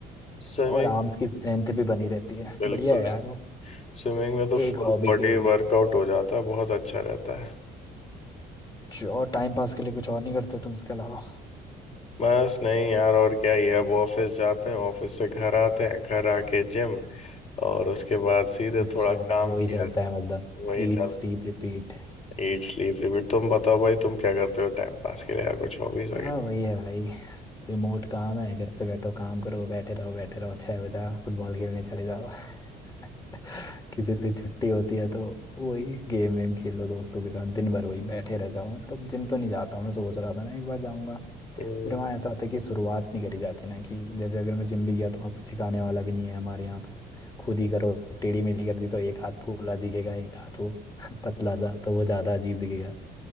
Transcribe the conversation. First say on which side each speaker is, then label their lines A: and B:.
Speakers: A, on the left; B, on the left.
A: स्विमिंग
B: और आर्म्स की स्ट्रेंथ भी बनी रहती है
A: बिल्कुल
B: <laughs> बढ़िया है यार वो
A: स्विमिंग में तो
B: एक
A: फुल
B: हॉबी
A: बॉडी
B: के रूप
A: वर्कआउट हो जाता है बहुत अच्छा रहता है
B: जो टाइम पास के लिए कुछ और नहीं करते तुम इसके अलावा
A: बस नहीं यार और क्या ही है अब ऑफिस जाते हैं ऑफिस से घर आते हैं घर आके जिम और उसके बाद सीधे
B: अच्छा
A: थोड़ा काम
B: वही
A: किया
B: चलता है मतलब
A: वही
B: Eat
A: चल
B: sleep repeat
A: Eat sleep repeat तुम बताओ भाई तुम क्या करते हो टाइम पास के लिए यार कुछ हॉबीज वगैरह
B: हाँ वही है भाई रिमोट काम है घर से बैठो काम करो बैठे रहो बैठे रहो छह बजा फुटबॉल खेलने चले जाओ <laughs> किसी दिन छुट्टी होती है तो वही गेम वेम खेल लो दोस्तों के साथ दिन भर वही बैठे रह जाओ मतलब जिम तो नहीं जाता हूँ मैं सोच रहा था ना एक बार जाऊंगा
A: हम्म,
B: फिर वहाँ ऐसा था कि शुरुआत नहीं करी जाती ना कि जैसे अगर मैं जिम भी गया तो वहाँ कुछ सिखाने वाला भी नहीं है हमारे यहाँ तो खुद ही करो टेढ़ी मेढ़ी कर दी तो एक हाथ फूला दिखेगा एक हाथ वो <laughs> पतला सा तो वो ज्यादा अजीब दिखेगा